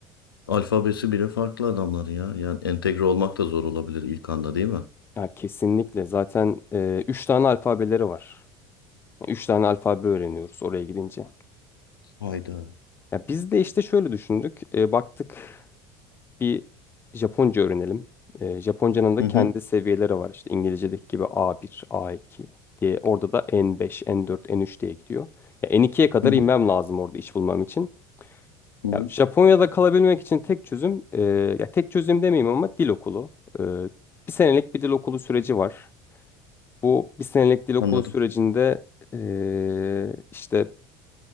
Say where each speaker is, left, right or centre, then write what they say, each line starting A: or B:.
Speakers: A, on the left; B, on the left.
A: Alfabesi bile farklı adamların ya. Yani entegre olmak da zor olabilir ilk anda değil mi?
B: Ya kesinlikle. Zaten e, üç tane alfabeleri var. Üç tane alfabe öğreniyoruz oraya gidince.
A: Hayda.
B: Ya biz de işte şöyle düşündük. E, baktık bir Japonca öğrenelim. E, Japonca'nın da
A: Hı hı.
B: kendi seviyeleri var. İşte İngilizce'deki gibi A1, A2 diye. Orada da N5, N4, N3 diye gidiyor. Ya N2'ye kadar
A: Hı hı.
B: inmem lazım orada iş bulmam için.
A: Hı hı.
B: Ya Japonya'da kalabilmek için tek çözüm, e, ya tek çözüm demeyeyim ama dil okulu. E, bir senelik bir dil okulu süreci var. Bu bir senelik dil okulu
A: Anladım.
B: sürecinde eee, işte